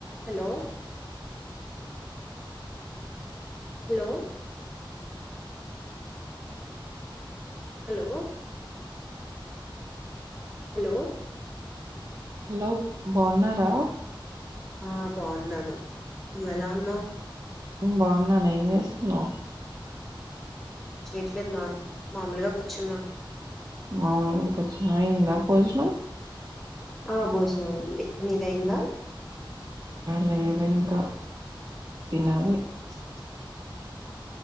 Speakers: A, in the centre; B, on the right (about 45°).
A: Hello hello hello hello
B: hello బాగున్నారా
A: ఆ బాగున్నాను నువ్వ ఎలా ఉన్నావు
B: బాగున్నా న ఏం చేస్తున్నావు్
A: చేయట్లేదు నా మామూలుగా కూర్చున్నా
B: మామూలుగా కూర్చున్నావ అయిందా పోజనం
A: ఆ భోజనం అయ్యంది నిదయిందా
B: లేద ఇంకా తినాలి
A: <inaudible>